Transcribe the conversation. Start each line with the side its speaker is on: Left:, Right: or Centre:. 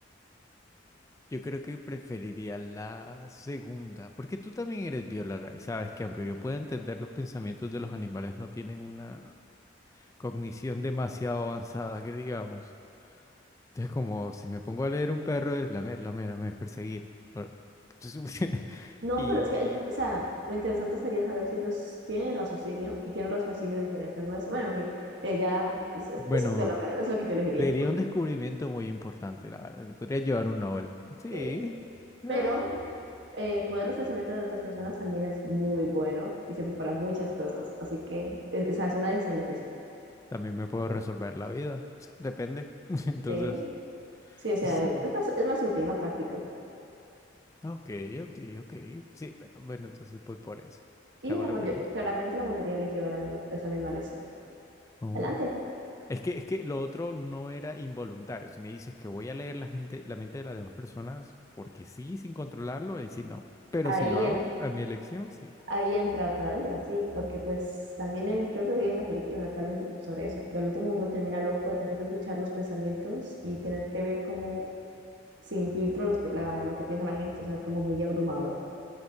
Left: yo creo que preferiría la segunda, porque tú también eres bióloga y sabes que aunque yo pueda entender los pensamientos de los animales, no tienen una cognición demasiado avanzada, que digamos. Entonces, como si me pongo a leer un perro, es lamer, lamer, lamer, perseguir. Bueno, <laughs>
Right: No,
Left: Y
Right: pero es que, el- o sea, lo interesante sería saber si ellos tienen raciocinio y tienen un raciocinio diferente al nuestro. Bueno, en fin, ella es, es,
Left: bueno,
Right: es bióloga, es lo que yo elegiría.
Left: sería un descubrimiento muy importante, la verdad. Podría llevar un Nobel. Sí.
Right: Sí.
Left: eh,
Right: Pero eh, poder los pensamientos de otras personas también es muy bueno y sirve para muchas cosas. Así que, eh, o sea, es una decisión difícil.
Left: También me puedo resolver la vida. Sí, depende. <laughs> Entonces,
Right: Sí, sí, o sea,
Left: sí.
Right: es más, es más útil, más práctico.
Left: Ok, ok, ok. Sí, pero bueno, entonces voy por eso.
Right: Y
Left: ¿Te hago
Right: la
Left: la
Right: mayo-
Left: pregunta?
Right: claramente la mayoría eligió la misma, esa misma lección.
Left: Oh.
Right: Adelante.
Left: Es que, es que lo otro no era involuntario. Si me dices que voy a leer la gente, la mente de las demás personas, porque sí, sin controlarlo, ahí sí no. Pero
Right: Ahí
Left: si lo hago
Right: en
Left: a mi elección, sí.
Right: Ahí entra otra duda, sí, porque pues también hay- creo que había una película en la que hablan un poquito sobre eso, que al último uno termina loco de tener que escuchar los pensamientos y tener que ver cómo sin filtro las pe- la- lo que piensa la gente, o sea, es como muy abrumador.